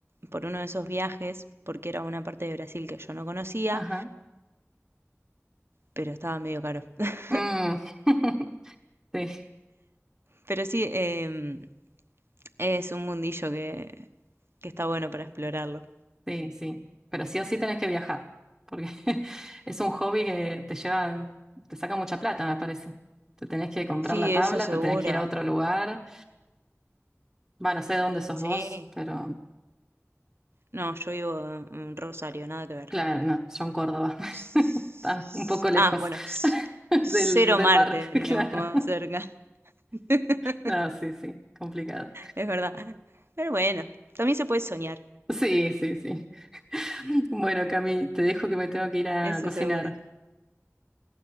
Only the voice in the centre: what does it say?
Ajá.
Mm. <laughs> Sí.
Sí, sí. Pero sí o sí tenés que viajar, porque <laughs> es un hobby que te lleva, te saca mucha plata, me parece. Te tenés que comprar
la tabla,
te tenés que ir a otro lugar. Va, no sé de dónde sos
vos, pero
claro, no, yo en Córdoba.
<laughs> Está un poco lejos
<laughs> del,
del
mar,
<laughs> claro.
No, sí, sí, complicado.
Sí, sí, sí. Bueno, Cami, te dejo que me tengo que ir a
cocinar.